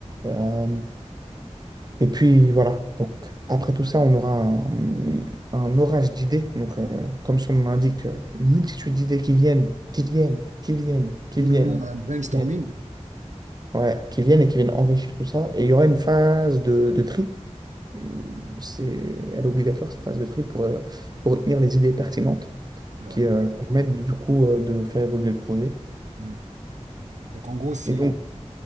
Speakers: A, on the right; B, on the right.
A: Euh, et puis voilà, donc après tout ça, on aura un, un orage d'idées. Donc, euh, comme son nom l'indique, euh, une multitude d'idées qui viennent, qui viennent, qui viennent, qui
B: D'où
A: viennent,
B: le nom, hein, brainstorming.
A: qui viennent. Ouais, qui viennent et qui viennent enrichir tout ça. Et il y aura une phase de, de tri. Hum, C'est, elle est obligatoire, cette phase de tri, pour, euh, pour retenir les idées pertinentes
B: C'est vrai.
A: qui euh, permettent du coup euh, de faire évoluer le projet.
B: Hmm. Donc en gros, si,
A: Et donc,